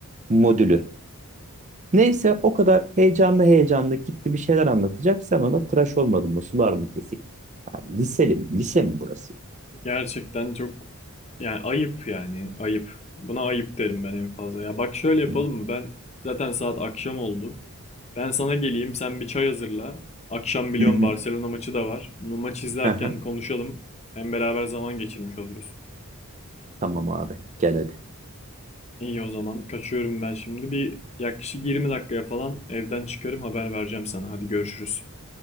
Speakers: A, on the right; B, on the left.
A: modülü. Neyse o kadar heyecanlı heyecanlı gitti bir şeyler anlatacak. Sen ona tıraş olmadın mı? Sular mı kesik? Ha, liseli mi? Lise mi burası?
B: Gerçekten çok yani ayıp yani ayıp. Buna ayıp derim ben en fazla. Ya bak şöyle yapalım
A: Hı.
B: mı? Ben zaten saat akşam oldu. Ben sana geleyim, sen bir çay hazırla. Akşam biliyorum
A: Hı hı.
B: Barcelona maçı da var. Bunu maç izlerken
A: Aha.
B: konuşalım. Hem beraber zaman geçirmiş oluruz.
A: Tamam abi gel hadi.
B: İyi o zaman kaçıyorum ben şimdi. Bir yaklaşık 20 dakikaya falan evden çıkarım haber vereceğim sana. Hadi görüşürüz.